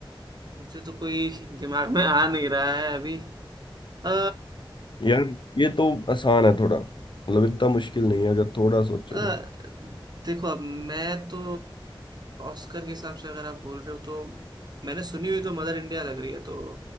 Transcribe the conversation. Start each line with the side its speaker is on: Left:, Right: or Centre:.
Right: मुझे तो कोई दिमाग में आ नहीं रहा है अभी अ,
Left: यार ये तो आसान है थोड़ा मतलब इतना मुश्किल नहीं है अगर थोड़ा सोचो
Right: अ,
Left: तो
Right: देखो अब मैं तो ऑस्कर के हिसाब से अगर आप बोल रहे हो तो मैंने सुनी हुई तो मदर इंडिया लग रही है तो